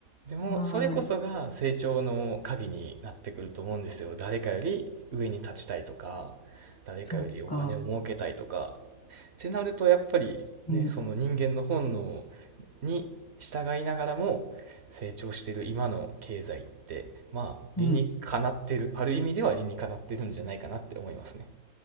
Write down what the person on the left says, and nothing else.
はい。
そうか。
うん、
うん。